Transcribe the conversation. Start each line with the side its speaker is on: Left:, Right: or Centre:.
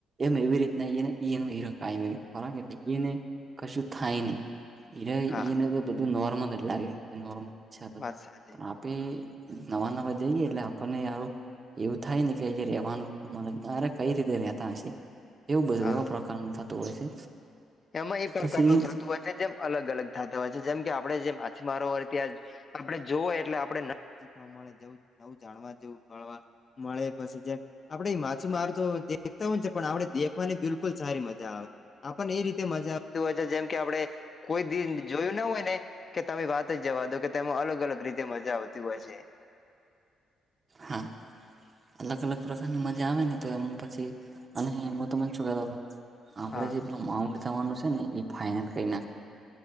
Right: એમ એવી રીતના ઈ ને ન ઈ રક ખરા? એટલે ને કશું થાય નહી. એરા,
Left: હા
Right: એને તો બધું નોર્મલ લાગે, નોર્મલ છે.
Left: વાત સાચી
Right: નવા-નવા જઈએ એટલે આપણને સારું એવું થાય ને, કે અહીંયા રેવાનું, મારા કઈ રીતે રેતા હશે? એવું બધું,
Left: હા
Right: એવા
Left: હા
Right: પ્રકારનું થતું હોય છે
Left: એમાં એ પ્રકારનું
Right: પછી.
Left: થતું જેમ અલગ અલગ થતા હોય છે, જેમ કે આપડે જે માછીમારો હોય ત્યાં. આપણે જોવાય એટલે, આપણે ન શીખવા મળે, જેવું નવું જાણવા જેવું મળવા. મળે પછી, જે આપડે માછીમાર તો દેખતા હોય છે, પણ આપડે દેખ ની, બિલકુલ સારી મજા આવે. આપને એ રીતે મજા હોય, જેમ કે આપડે. કોઈ દિ જોયું ન હોય ને. કે તમે વાત જ જવા દો, કે તેમાં અલગ અલગ રીતે મજા આવતી હોય છે.
Right: હા. અલગ અલગ પ્રકારની મજા આવે ને, તો એમ પછી. અને હું તો મને શું કરતો હતો? આપડે
Left: હા
Right: જે પેલું માઉન્ટ જવાનું છે ને, એ ફાઈનલ કરી નાખવા.